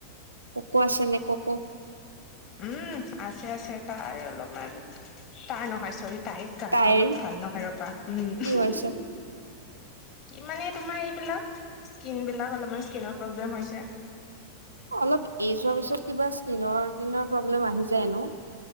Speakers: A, on the right; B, on the left.
A: ককো আছে নে ককো।
B: উম আছে আছে তাৰ অলপমান তাৰ নহয় চৰিত তাই গাটো
A: তাইৰ
B: অলপ ভাল নহয় ৰ'বা উম।
A: কি হৈছে
B: কিমানে তোমাৰ এই বিলাক ক্ৰিম বিলাক অলপ ইচকিনৰ‌ প্ৰব্লেম হয়ছে।
A: অ অলপ এইজ হোৱাৰ পিছত কিবা স্কিনৰ কিনৰ প্ৰব্লেম আহি যায়ন!